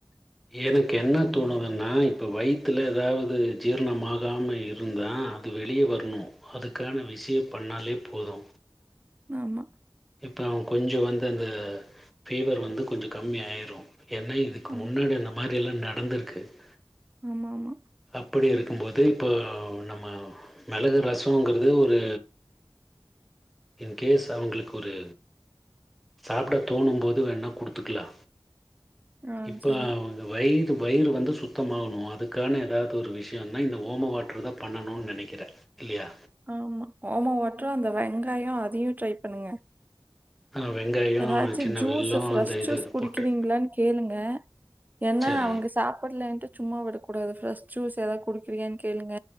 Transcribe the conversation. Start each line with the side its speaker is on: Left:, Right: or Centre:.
Centre: எனக்கு என்ன தோணுதுன்னா ப்ப வயித்துல ஏதாவது ஜீர்ணமாகாம இருந்தா அது வெளியே வரணு அதுக்கான விஷய பண்ணாலே போது
Right: ஆமா
Centre: ப்ப அவங் கொஞ்ச வந்து அந்த ஃபீவர் வந்து கொஞ்ச கம்மியாயிரு ஏன்னா இதுக்கு
Right: ஆ
Centre: முன்னாடி அந்த மாரில்லா நடந்திருக்கு து
Right: ஆமா ஆமா
Centre: அப்டி இருக்கும்போது இப்போ நம்ம மிளகு ரசொங்கிறது ஒரு இன்கேஸ் அவங்களுக்கு ஒரு சாப்ட தோணும் போது வேணா கொடுத்துக்லா
Right: ஆ
Centre: இப்ப
Right: சரி.
Centre: அவங்க வை வயிறு வந்து சுத்தமாகனு அதுக்கான ஏதாவது ஒரு விஷயனா இந்த ஓம வாட்டர் தா பண்ணணுனு நினைக்கிறே இல்லையா
Right: ஆமா ஓம வட்டர் அந்த வெங்காய அதையு ட்ரை பண்ணுங்க
Centre: ஆ வெங்காயோ
Right: ஏதாச்சு
Centre: சின்ன
Right: ஜூஸ்
Centre: வெல்லோ
Right: ஃப்ரெஷ்
Centre: அந்த இது
Right: ஜூஸ் குடிக்குறீங்கிளான்
Centre: போட்டு
Right: கேளுங்க என்ன
Centre: சரி
Right: அவங்க சாப்டலேன்ட்டு சும்மா விடக்கூடாது ஃரெஷ் ஜூஸ் ஏதாவதுகுடிக்கிரியான் கேளுங்க